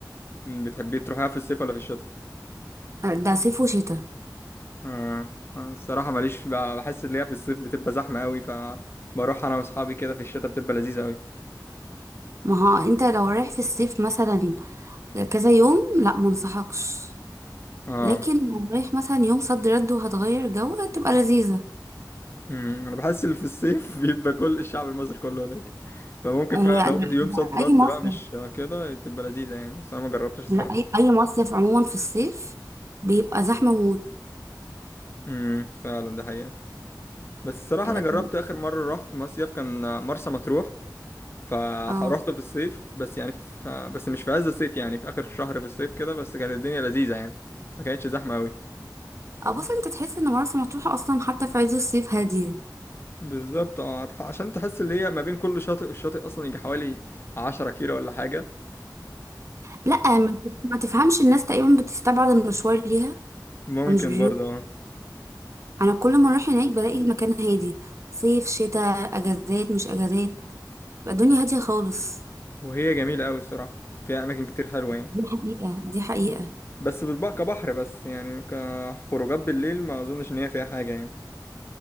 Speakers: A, on the left; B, on the right.
A: بتحبي تروحها في الصيف ولا في الشتاء
B: آه، ده صيف وشتاء
A: آه. آه. الصراحة ماليش بقى بحس ان هي في الصيف بتبقى زحمة قوي فبروح انا واصحابي كده في الشتاء بتبقى لذيذة قوي
B: ما هو انت لو رايح في الصيف مثلا كذا يوم لا منصحكش
A: اه
B: لكن لو رايح مثلا يوم صد رد وهتغير جو هتبقى لذيذه
A: مم. انا بحس ان في الصيف <laughs> بيبقى كل الشعب المصري كله هناك فممكن
B: هي
A: فعلا لو
B: ده
A: يوم
B: ده
A: صد رد
B: اي مصيف
A: بقى مش كده تبقى لذيذة يعني بس انا ما جربتش الصراحة
B: لا اي اي مصيف عموما في الصيف بيبقى زحمه موت
A: امم فعلا دي حقيقة بس الصراحة
B: لكن
A: انا جربت اخر مرة رحت مصيف كان مرسى مطروح فروحته
B: اه
A: في الصيف بس يعني في بس مش في عز الصيف يعني في اخر شهر في الصيف كده بس كانت الدنيا لذيذة يعني ما كانتش زحمة قوي
B: اه بص انت تحس ان مرسى مطروح اصلا حتى في عز الصيف هاديه
A: بالظبط اه هتح- عشان تحس اللي هي ما بين كل شاطئ والشاطئ اصلا يجي حوالي 10 كيلو ولا حاجه
B: لا ما ما تفهمش الناس تقريبا بتستبعد المشوار ليها
A: فممكن
B: فمش بيو
A: <laughs> برضه اه
B: انا كل ما اروح هناك بلاقي المكان هادي صيف شتاء اجازات مش اجازات بقى الدنيا هاديه خالص
A: وهي جميله قوي الصراحه فيها اماكن كتير حلوه يعني
B: دي حقيقه دي حقيقه
A: بس بالبقى كبحر بس يعني كخروجات بالليل ما اظنش ان هي فيها حاجه يعني